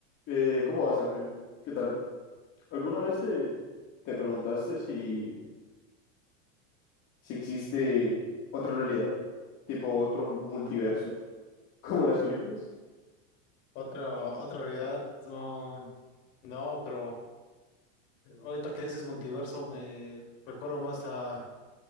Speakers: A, on the left; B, on the left.
A: Eh, ¿cómo vas, Ángel? ¿Qué tal? ¿Alguna vez te, te preguntaste si, si existe otra realidad? ¿Tipo otro multiverso? <laughs> ¿Como en las películas?
B: Otra, otra realidad, no, no, pero ahorita que dices multiverso me recuerdo más a,